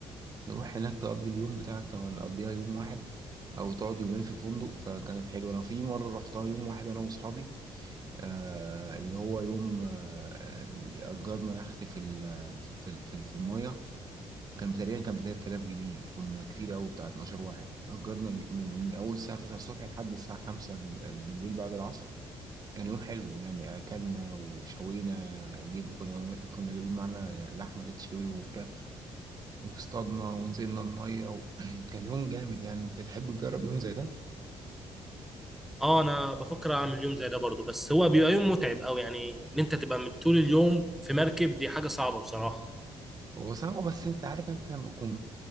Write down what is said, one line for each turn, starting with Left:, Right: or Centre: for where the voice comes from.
Right: تروح هناك تقضي اليوم بتاعك لو هنقضيها يوم واحد أو تقعد يومين في فندق فكانت حلوة أنا في مرة روحتها يوم واحد أنا وأصحابي آه اللي هو يوم آه أجرنا يخت في ال- في ال- في ال- في المية كان تقريبا كان ب 3000 جنيه كنا كتير قوي بتاع 12 واحد اجرنا اليو- من من اول الساعه 9 الصبح لحد الساعه 5 ال- ال- بالليل بعد العصر كان يوم حلو يعني اكلنا وشوينا جدا كنا كنا جايبين معانا لحمه تتشوي وفراخ واصطادنا ونزلنا الميه و... <clears throat> كان يوم جامد يعني انت تحب تجرب يوم زي ده
Centre: اه انا بفكر اعمل يوم زي ده برضو بس هو بيبقى يوم متعب قوي يعني ان انت تبقى من طول اليوم في مركب دي حاجة صعبة بصراحة
Right: هو صعب بس انت عارف انت لما تكون